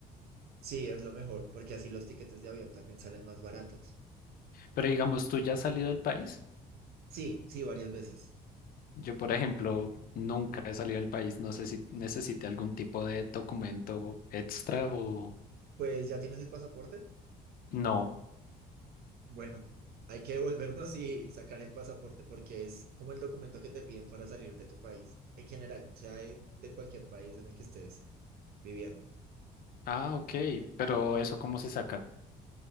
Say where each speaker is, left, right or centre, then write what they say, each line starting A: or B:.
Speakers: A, on the right (about 65°); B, on the left (about 60°).
A: Sí, es lo mejor, porque así los tiquetes de avión también salen más baratos.
B: Pero digamos, ¿tú ya has salido del país?
A: Sí, sí, varias veces.
B: Yo, por ejemplo, nunca he salido del país. No sé si necesite algún tipo de documento extra o
A: Pues ya tienes el pasaporte.
B: no.
A: Bueno, hay que devolvernos y sacar el pasaporte porque es como el documento que te piden para salir de tu país, en general, sea de, de cualquier país en el que estés viviendo.
B: Ah, ok. Pero eso cómo se saca.